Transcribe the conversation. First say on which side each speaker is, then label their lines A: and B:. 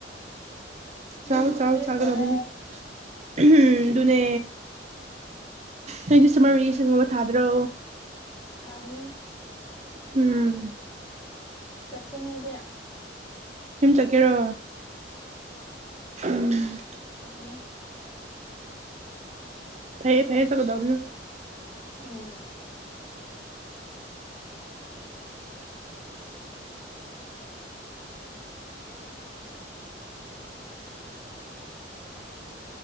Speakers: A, on the right; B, on the left.
A: ꯆꯥꯎ
B: ꯌꯨꯝ
A: ꯆꯥꯎ
B: ꯃꯤꯁ
A: ꯆꯒꯗꯧꯕꯅꯦ
B: ꯇꯧꯋꯦ
A: <unintelligible> ꯑꯗꯨꯅꯦ ꯅꯣꯏꯗꯤ ꯁꯝꯃꯔ ꯚꯦꯀꯦꯁꯟꯒꯨꯝꯕ ꯊꯥꯗ꯭ꯔꯣ
B: ꯊꯥꯒꯅꯤ
A: ꯎꯝ
B: ꯆꯠꯀꯅꯦꯗꯦ
A: ꯌꯨꯝ ꯆꯠꯀꯦꯔꯣ ꯎꯝ
B: ꯆꯠꯀꯅꯤ
A: ꯐꯩꯌꯦ ꯐꯩꯌꯦ ꯆꯠꯀꯗꯧꯕꯅꯦ
B: ꯎꯝ